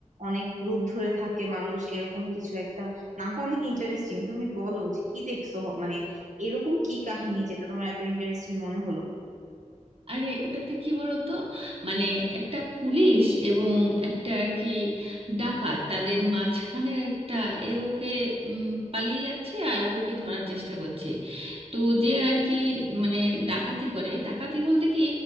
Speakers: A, on the right (about 75°); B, on the right (about 50°).
A: অনেক রূপ ধরে থাকে মানুষ এরকম কিছু একটা নামটা অনেক ইন্টারেস্টিং তুমি বলো যে কি দেখছো হ- মানে এরকম কি কাহিনী যেটা তোমার এত ইন্টারেস্টিং মনে হলো
B: আরে ওটাতে কি বলতো মানে একটা পুলিশ এবং একটা আর কি ডাকাত তাদের মাঝখানের একটা এ ওকে উম, পালিয়ে যাচ্ছে আর ও ওকে ধরার চেষ্টা করছে তো যে আর কি মানে ডাকাতি করে ডাকাতি বলতে কি